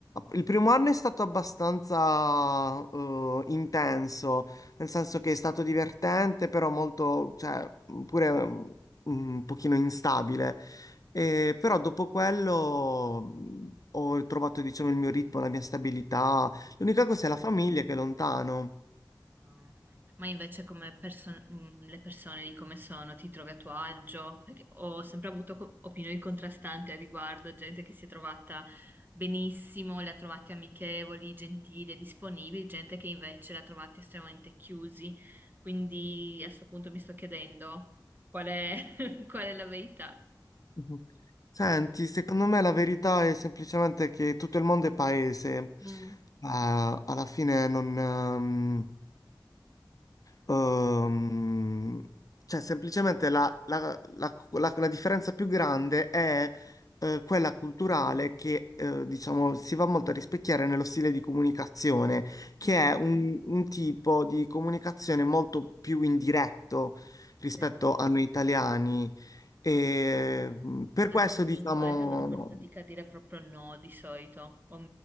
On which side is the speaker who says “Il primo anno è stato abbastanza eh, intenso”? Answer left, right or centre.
Left